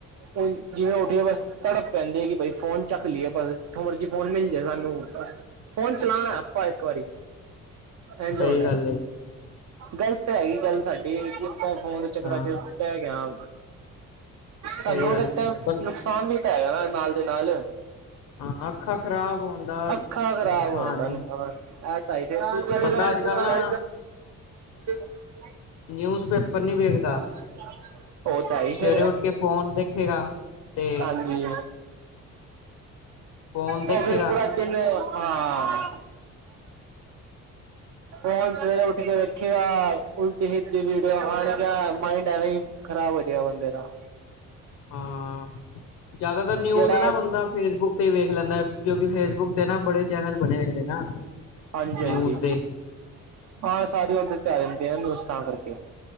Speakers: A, on the right; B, on the left.
A: ਹੁਣ ਜਿਵੇਂ ਉਠੀਏ ਬਸ ਤੜਪ ਪੈਂਦੀ ਐ ਕਿ ਬਈ ਫ਼ੋਨ ਚੱਕ ਲਈਏ ਬਸ ਜਿਥੋ ਮਰਜ਼ੀ ਫ਼ੋਨ ਮਿਲ ਜਾਏ ਸਾਂਨੂੰ। ਬਸ ਫ਼ੋਨ ਚਲਾਣਾਂ ਐ ਆਪਾਂ ਇੱਕ ਵਾਰੀਂ। ਇਝ
B: ਸਹੀ
A: ਹੋਨਾ
B: ਗੱਲ
A: ਐ,
B: ਏ
A: ਗਲਤ ਤੇ ਹੈਗੀ ਗੱਲ਼ ਸ਼ਾਡੀ ਕਿਦਾਂ ਫੋਨ ਦੇ ਚੱਕਰਾਂ
B: ਹਾਂ
A: ਚ ਪੈ ਗਿਆਂ।
B: ਸਹੀ
A: ਸਾਂਨੂੰ
B: ਗੱਲ
A: ਉਹਦੇ
B: ਏ
A: ਤਾ
B: ਬੰ
A: ਨੁਕਸ਼ਾਨ ਵੀ ਤਾਂ ਹੈਗਾ ਨਾ ਨਾਲ ਦੀ ਨਾਲ।
B: ਹਾਂ ਅੱਖਾਂ ਖ਼ਰਾਬ ਹੋਣ ਦਾ
A: ਅੱਖ਼ਾਂ
B: ਨੁਕਸਾਨ
A: ਖ਼ਰਾਬ ਹੋਣ ਦਾ
B: ਏ
A: ਨੁਕਸਾਨ। ਇਹ ਤਾਂ ਹੀ-ਦੂਜਾ ਤਾਂ।
B: ਬੰਦਾ ਅੱਜ ਕੱਲ੍ਹ ਨਾ
A: <unintelligible>
B: ਨਿਊਜ਼ ਪੇਪਰ ਨੀਂ ਵੇਖਦਾ।
A: <inaudible> ਉਹ ਤਾਂ ਹੈ ਹੀ
B: ਸਵੇਰੇ
A: ਫ਼ਿਰ,
B: ਉੱਠ ਕੇ ਫੋਨ ਦੇਖੇਗਾ ਤੇ
A: ਹਾਂਜੀ।
B: ਫੋਨ ਦੇਖੇਗਾ
A: ਉਹ ਫ਼ਿਰ ਪੂਰਾਂ ਦਿਨ, ਹਾਂ। ਫ਼ੋਨ ਸਵੇਰੇ ਉਠ ਕੇ ਵੇਖੇਗਾ, ਉਲਟੀ ਸੀਦੀ ਵੀਡੀਓ ਆਣ ਗੀਆ। ਮਾਈੰਡ ਐਵੇਂ ਹੀ ਖ਼ਰਾਬ ਹੋ ਜੇਗਾ ਬੰਦੇ ਦਾ।
B: ਹਾਂ ਜ਼ਿਆਦਾ ਅਗਰ ਨਿਊਜ਼
A: ਜਿਹੜਾ
B: ਨਾ ਬੰਦਾ ਫ਼ੇਸਬੁੱਕ ਤੇ ਹੀ ਵੇਖ ਲੈਂਦਾਂ ਕਿਉਂਕਿ ਫ਼ੇਸਬੁੱਕ ਤੇ ਨਾ ਬੜੇ ਚੈਨਲ ਬਣੇਂ ਹੋਏ ਨੇ ਨਾ।
A: ਹਾਂਜੀ-ਹਾਂਜੀ,
B: ਨਿਊਜ਼ ਦੇ
A: ਹਾਂ ਸਾਰੀ ਓਂਦੇ ਤੇ ਆ ਜਾਂਦੀਆਂ ਨਾ ਨਿਊਜ਼ ਤਾਂ ਕਰਕੇ।